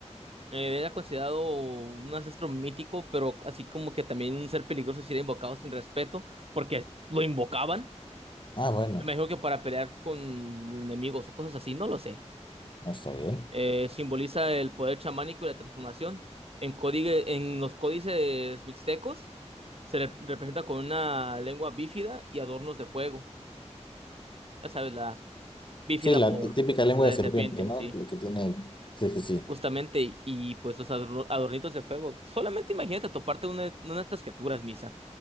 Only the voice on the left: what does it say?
Ah, bueno.
Está bien.
Sí, la
tí- típica lengua
de
serpiente,
¿no?
Lo que tiene. Sí, sí, sí.